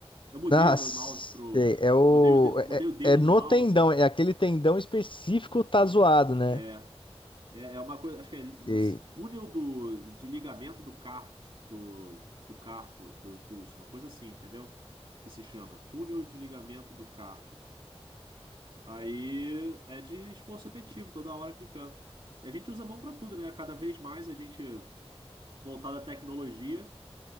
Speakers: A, on the right; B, on the left.
A: Eu mudei
B: Nossa,
A: o meu mouse pro.
B: sei, é o.
A: Mudei o, de- Mudei
B: É, é
A: o dedo
B: é no
A: do mouse.
B: tendão, é aquele tendão específico tá zoado, né?
A: É. É é uma coisa. Acho que é. No
B: Sei.
A: se- túnel do... de ligamento do carpo. Do... do carpo, do pulso, uma coisa assim, entendeu? Que se chama túnel de ligamento do carpo. Aí é de esforço repetitivo, toda hora clicando. E a gente usa a mão para tudo, né? Cada vez mais a gente voltado à tecnologia,